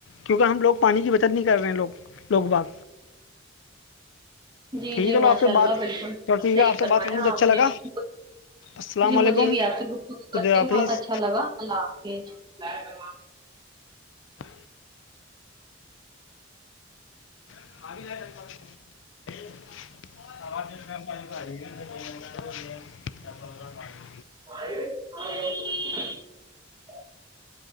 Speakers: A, on the left (about 70°); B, on the right (about 25°).
A: کیونکہ ہم لوگ پانی کی بچت نہیں کر رہے ہیں لوگ لوگ باغ
B: ھم جی
A: ٹھیک
B: جی
A: ہے چلو
B: ماشاء
A: آپ سے
B: اللہ
A: بات
B: بالکل بالکل
A: چلو ٹھیک
B: صحیح
A: ہے آپ سے
B: کروایا
A: بات کر کے مجھے اچھا
B: آپ
A: لگا
B: نے لے
A: السلام
B: جی
A: علیکم
B: مجھے بھی آپ سے گپ ش
A: خدا
B: کر کے
A: حافظ
B: بہت اچھا لگا اللہ حافظ
A: م جائے جب
B: ا